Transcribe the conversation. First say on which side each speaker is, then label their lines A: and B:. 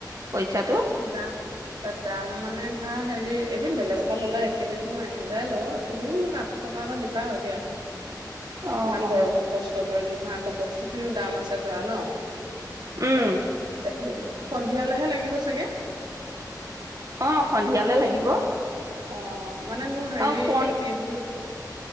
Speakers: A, on the right; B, on the right.
A: পইচাটো
B: দা দান। <unintelligible> মানে ধৰা হেৰি এদিন বেলেগৰ পৰা ললে এক কেজি মই এহেজাৰে লওঁ তুমি মোক আঠশ টকা এটা দিবা আৰু দিয়া।
A: অ
B: ইমান
A: অ
B: গৰমত কষ্ট কৰিম নহয়। বস্তু খিনিও দাম আছে ধৰা ন।
A: উম
B: <inaudible> সন্ধিয়ালেহে লাগিব। চাগে।
A: অ', সন্ধিয়ালে লাগিব।
B: অ', মানে মোৰ হেৰি
A: আৰু পন
B: এই ক্ৰ্ৰীমটো